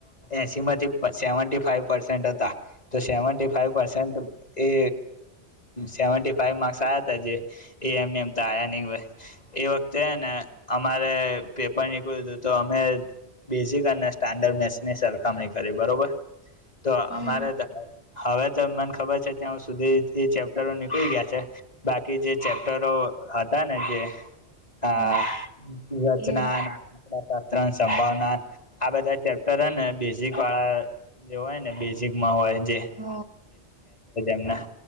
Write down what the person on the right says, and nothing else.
હમ
હા એ હ
હ